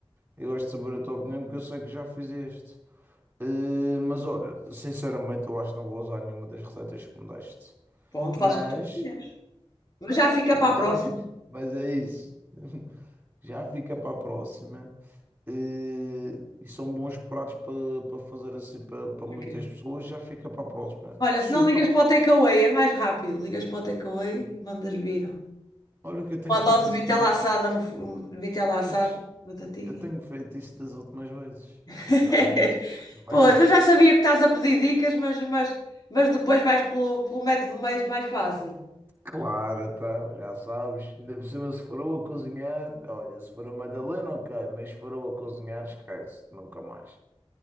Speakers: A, on the right (about 20°); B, on the left (about 40°).
A: Eu gosto de saber a tua opinião porque eu sei que já fizeste. Eh, mas olha, sinceramente, eu acho que não vou usar nenhuma das receitas que me deste.
B: Pronto,
A: Mas,
B: faz o que tu quiseres. Mas já fica
A: mas,
B: para a próxima.
A: <laughs> mas é isso. <laughs> Já fica para a próxima. Eh, e são bons pratos para para fazer assim para para
B: Ok.
A: muitas pessoas. Já fica para a próxima.
B: Olha,
A: Suca.
B: se não ligas para o takeaway, é mais rápido. Ligas para o takeaway e mandas vir.
A: Olha o que eu tenho
B: Uma
A: feito
B: dose
A: isso
B: de vitela
A: das últimas.
B: assada, no, fu- vitela
A: Pois,
B: assada, batatinha.
A: eu tenho feito isso das últimas vezes,
B: <laughs>
A: realmente. Mas.
B: Pois, eu já sabia que estás a pedir dicas, mas, mas, mas depois vais pelo, pelo método mais, mais fácil.
A: Claro, então, já sabes. Ainda por cima, se for a cozinhar, olha, se for a Madalena, ok, mas se for a cozinhar, esquece, nunca mais.